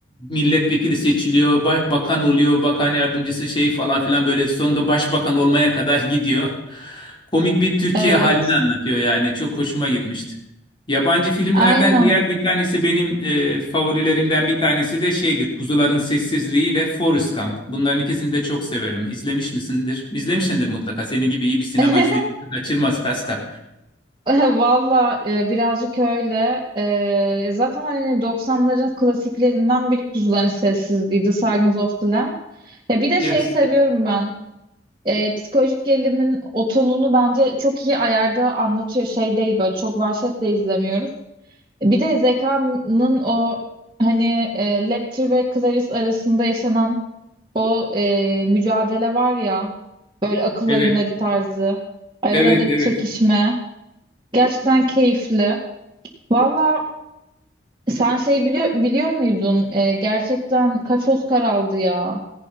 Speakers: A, on the left; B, on the right.
A: milletvekili seçiliyor, ba- bakan oluyor, bakan yardımcısı şey falan filan böyle sonunda başbakan olmaya kadar <laughs> gidiyor. Komik bir Türkiye
B: Evet
A: halini anlatıyor yani. Çok hoşuma gitmişti. Yabancı filmlerden
B: aynen.
A: diğer bir tanesi benim e, favorilerimden bir tanesi de şeydir. Kuzuların Sessizliği ile Forrest Gump. Bunların ikisini de çok severim. İzlemiş misindir? İzlemişsindir mutlaka. Senin gibi iyi bir sinema
B: <laughs>
A: izleyicisi kaçırmaz Kaskar.
B: <laughs> Valla e, birazcık öyle. E, zaten hani doksanların klasiklerinden biri Kuzuların Sessizliği, The Silence of the Lamb. Ya bir de
A: Yes.
B: şey seviyorum ben. E, psikolojik gerilimin o tonunu bence çok iyi ayarda anlatıyor. Şey değil böyle çok vahşetle izlemiyoruz. Bir de Zeka'nın o hani e, Lecter ve Clarice arasında yaşanan o e, mücadele var ya böyle akıl
A: Evet.
B: oyunları tarzı aralarındaki
A: Evet, evet.
B: çekişme gerçekten keyifli. Valla sen şey biliyor, biliyor muydun? Ee, gerçekten kaç Oscar aldı ya?